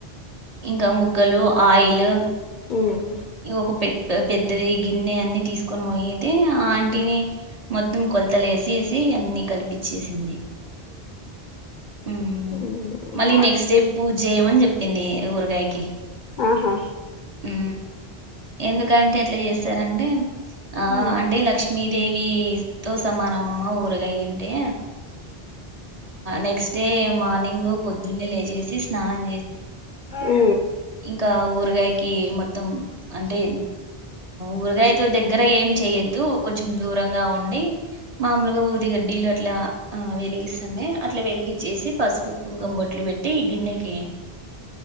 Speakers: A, on the right; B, on the left.
A: ఇంకా ము కలు ఆయిల్
B: ఉమ్
A: ఒక పె పెద్దది గిన్నె అన్ని తీసుకొని పోయితే ఆ ఆంటీనె మొత్తం కొలతలే వేసి అన్ని కలిపి చ్చేసింది ఉమ్
B: ఉ ఉహు
A: మళ్ళీ నెక్స్ట్ డే పూజ చేయమని చె పింది ఊరుగాయకి
B: ఆహా
A: ఉ ఎందుకంటే అట్లా చేస్త సరండి ఆ
B: మ్మ్
A: అంటే లక్ష్మీ దేవి తో సమానమమ్మ ఊరుగాయంది నెక్స్ట్ డే మార్నింగ్ పొద్దున్న లే స్నాం
B: ఉ
A: ఇంకా ఊరగాయకి మొత్తం అంటే ఊరగాయతో దగ్గర ఏం చెయొద్దు కొంచం కొంచెం దూరంగా ఉండి మామలుగా ఊది గడ్డీలు అట్లా ఆ వెలిగి మే అట్ల వెలిగించేసి పసుపు కుంకుమ బొట్లు పెట్టి ఈ గిన్నెకి